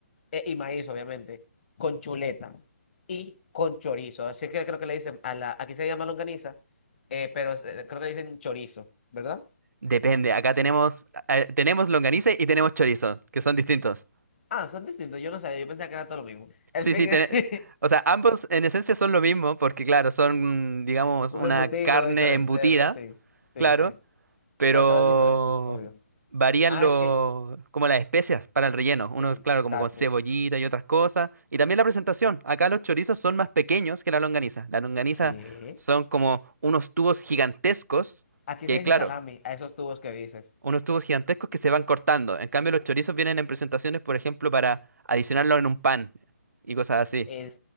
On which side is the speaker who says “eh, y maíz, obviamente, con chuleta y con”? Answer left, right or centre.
Left